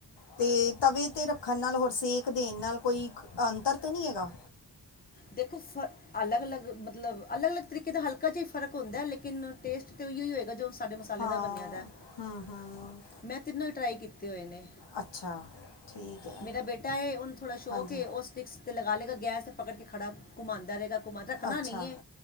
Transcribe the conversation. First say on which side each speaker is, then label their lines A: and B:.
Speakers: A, on the left; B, on the left.
A: ਤੇ ਤਵੇ ਤੇ ਰੱਖਨ ਨਾਲ, ਹੋਰ ਸੇਕ ਦੇਨ ਨਾਲ ਕੋਈ ਅੰਤਰ ਤੇ ਨੀ ਹੈਗਾ।
B: ਦੇਖੋ ਫ ਅਲੱਗ-ਅਲੱਗ ਮਤਲਬ ਅਲੱਗ-ਅਲੱਗ ਤਰੀਕੇ ਦਾ ਹਲਕਾ ਜਿਆ ਈ ਫ਼ਰਕ ਹੁੰਦਾ, ਲੇਕਿਨ ਟੇਸਟ ਤੇ ਓਈਓ ਹੋਏਗਾ ਜੋ ਸਾਡੇ ਮ ਮਸਾਲੇ
A: ਹਾਂ
B: ਦਾ ਬਨਿਆ ਦਾ,
A: ਹੂੰ ਹੂੰ
B: ਮੈਂ ਤਿੰਨੋ ਈ ਟਰਾਈ ਕੀਤੇ ਹੋਏ ਨੇ।
A: ਅੱਛਾ ਠੀਕ ਹੈ
B: ਮੇਰਾ ਬੇਟਾ ਐ ਓਨੂੰ ਥੋੜਾ ਸ਼ੌਕ
A: ਹਾਂਜੀ
B: ਏ, ਓ ਸਟਿਕਸ ਤੇ ਲਗਾ ਲੇਗਾ ਗੈਸ ਤੇ ਪਕੜ ਕੇ। ਖੜਾ ਘੁੰਮਾਦਾ ਰਏਗਾ। ਘੁੰਮਾ ਰੱਖਨਾ
A: ਅੱਛਾ
B: ਨੀ ਏ